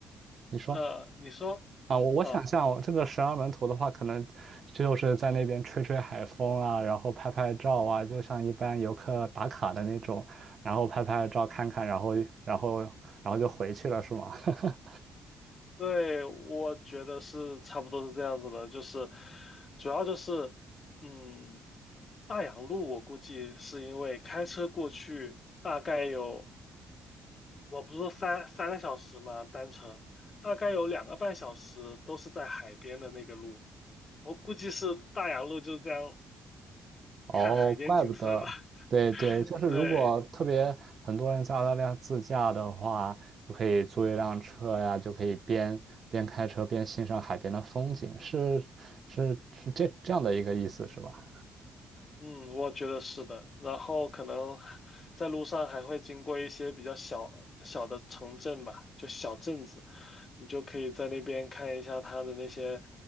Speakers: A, on the right (about 50°); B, on the left (about 35°).
A: 你说
B: 呃，你说，
A: 啊，我我想象，
B: 啊。
A: 我这个十二门徒的话，可能就是在那边吹吹海风啊，然后拍拍照啊，就像一般游客打卡的那种，然后拍拍照看看，然后然后然后就回去了，是吗？<laughs>
B: 对，我觉得是差不多是这样子的，就是主要就是，嗯，大洋路我估计是因为开车过去大概有，我不是说三三个小时嘛，单程大概有两个半小时都是在海边的那个路，我估计是大洋路就这样
A: 哦，
B: 看海边景色吧，
A: 怪不得，对对，
B: <laughs>
A: 就是如果特别很多人在澳大利亚自驾的话，
B: 对。
A: 就可以租一辆车呀，就可以边边开车边欣赏海边的风景，是是是这这样的一个意思是吧？
B: 嗯，我觉得是的。然后可能在路上还会经过一些比较小小的城镇吧，就小镇子，你就可以在那边看一下它的那些